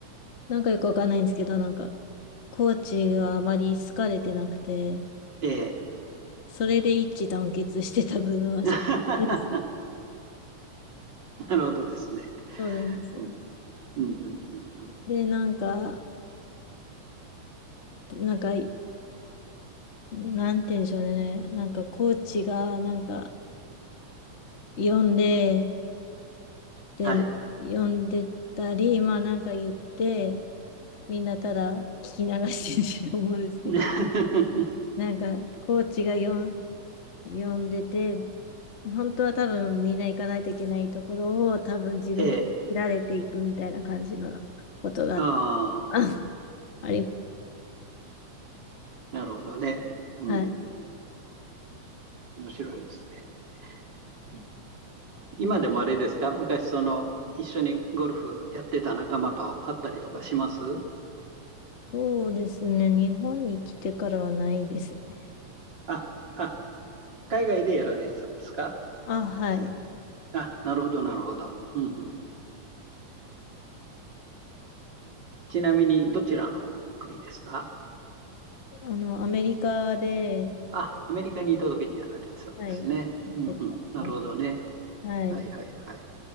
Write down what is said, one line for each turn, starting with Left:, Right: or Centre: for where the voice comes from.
Left: なんかよくわかんないんですけど、なんか、コーチがあまり好かれてなくて、
Right: ええ。
Left: それで一致団結してた部分は若干
Right: <laughs>
Left: <laughs>
Right: なるほどですね。
Left: そうなんですよ。
Right: うん、うん、うん、うん。うん
Left: で、なんか、なんか、なんて言うんでしょうね。なんか、コーチが、なんか、呼んで、で、
Right: はい。
Left: 読んでたり、まあなんか言って、みんなただ聞き流してると思うんですけど、
Right: <laughs>
Left: なんかコーチが読ん、読んでて、本当は多分みんな行かないといけないところを多分自分が切られていくみたいな感じのことがあった
Right: ええ、あ
Left: <laughs>
Right: あ。
Left: あり、
Right: なるほどね。うん。
Left: はい。
Right: 面白いですね。うん今でもあれですか昔その、一緒にゴルフやってた仲間と会ったりとかします
Left: そうですね。日本に来てからはないですね。
Right: あ、あ、海外でやられてたんですか
Left: あ、はい。
Right: あ、なるほど、なるほど。うんうんうん。ちなみに、どちらの国ですか
Left: あの、アメリカで、
Right: あ、アメリカにいた時にやられてたんですね。
Left: はい、やってた感
Right: うんうん。なるほどね。
Left: じ。はい。
Right: はいはいはい。